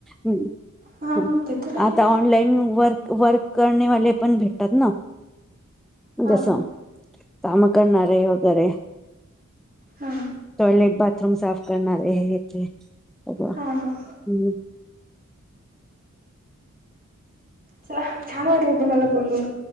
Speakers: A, in the centre; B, on the right.
A: हं
B: हा हा ते तर आहे
A: आता ऑनलाईन वर्क वर्क करणेवाले पण भेटतात ना
B: हां
A: जसं
B: हां
A: काम करणारे वगैरे
B: हा हा
A: टॉयलेट बाथरूम साफ करणारे <inaudible>
B: हां हां
A: हम्म
B: छान वाटलं तुम्हाला बोल